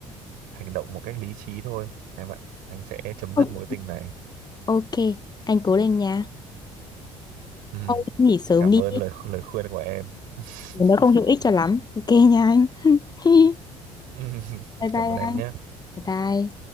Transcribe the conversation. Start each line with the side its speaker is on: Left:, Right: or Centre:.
Right: hành động một cách lý trí thôi em ạ anh sẽ chấm
Left: Ok,
Right: dứt mối tình này
Left: ok, anh cố lên nha.
Right: Ừm,
Left: Thôi nghỉ sớm
Right: cảm
Left: đi,
Right: ơn lời lời khuyên của em <laughs>
Left: nó không hữu ích cho lắm. Ok nha anh. <laughs>
Right: Ừm,
Left: Bye bye
Right: cảm ơn em
Left: anh.
Right: nhé
Left: Bye bye.